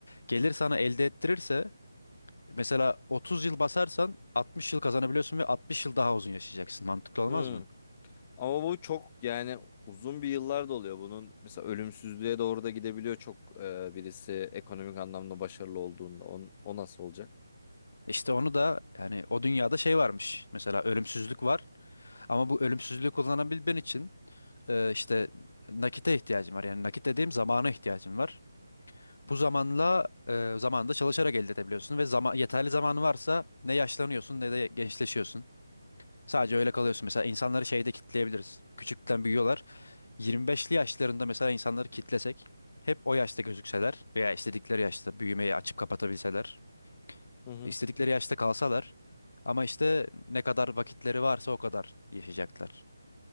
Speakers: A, on the left; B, on the left.
A: Gelir sana elde ettirirse mesela 30 yıl basarsan 60 yıl kazanabiliyorsun ve 60 yıl daha uzun yaşayacaksın. Mantıklı olmaz
B: Hı.
A: mı?
B: Ama bu çok yani uzun bir yıllar da oluyor bunun. Mesela ölümsüzlüğe doğru da gidebiliyor çok e, birisi ekonomik anlamda başarılı olduğunda. On, o nasıl olacak?
A: İşte onu da yani o dünyada şey varmış. Mesela ölümsüzlük var ama bu ölümsüzlüğü kullanabilmen için e, işte nakite ihtiyacın var. Yani nakit dediğim zamana ihtiyacın var. Bu zamanla e, zamanda çalışarak elde edebiliyorsun ve zaman yeterli zamanı varsa ne yaşlanıyorsun ne de gençleşiyorsun. Sadece öyle kalıyorsun. Mesela insanları şeyde kitleyebiliriz. Küçükten büyüyorlar. 25'li yaşlarında mesela insanları kitlesek hep o yaşta gözükseler veya istedikleri yaşta büyümeyi açıp kapatabilseler,
B: Hı hı.
A: istedikleri yaşta kalsalar ama işte ne kadar vakitleri varsa o kadar yaşayacaklar.